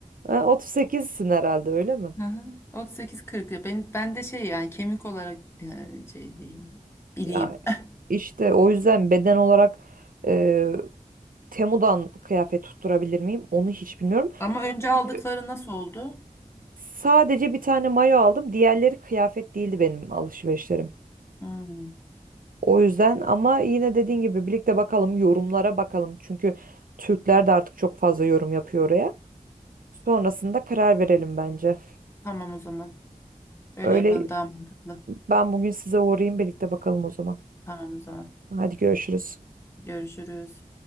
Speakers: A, on the right; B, on the left.
A: e, 38'sin herhalde öyle mi?
B: Hı hı. 38-40 ya ben, ben de şey yani kemik olarak e, şey diyeyim bileyim.
A: Ya
B: <laughs>
A: işte o yüzden beden olarak e, Temu'dan kıyafet tutturabilir miyim? Onu hiç bilmiyorum.
B: Ama önce
A: Çünkü
B: aldıkları nasıl oldu?
A: sadece bir tane mayo aldım. Diğerleri kıyafet değildi benim alışverişlerim.
B: Hmm,
A: O yüzden ama yine dediğin gibi birlikte bakalım yorumlara bakalım. Çünkü Türkler de artık çok fazla yorum yapıyor oraya. Sonrasında karar verelim bence.
B: Tamam o zaman. Öyle
A: Öyle
B: yapalım daha mantıklı.
A: ben bugün size uğrayayım birlikte bakalım o zaman.
B: Tamam o zaman.
A: Hadi görüşürüz.
B: Görüşürüz.